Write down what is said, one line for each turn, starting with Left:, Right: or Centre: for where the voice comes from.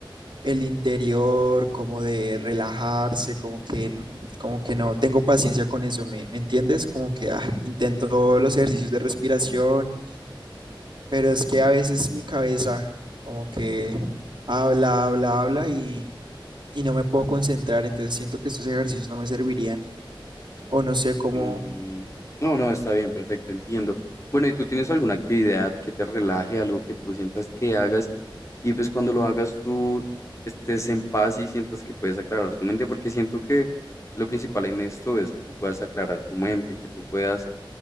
Right: el interior, como de relajarse, como que, como que no tengo paciencia con eso, ¿me, me entiendes? Como que ah, intento los ejercicios de respiración, pero es que a veces mi cabeza como que habla, habla, habla y y no me puedo concentrar, entonces siento que estos ejercicios no me servirían. O no sé cómo
Left: Mm, No, no, está bien, perfecto, entiendo. Bueno, ¿y tú tienes alguna actividad que te relaje, algo que tú sientas que hagas y pues cuando lo hagas tú estés en paz y sientas que puedes aclarar tu mente? Porque siento que lo principal en esto es que tú puedas aclarar tu mente, que tú puedas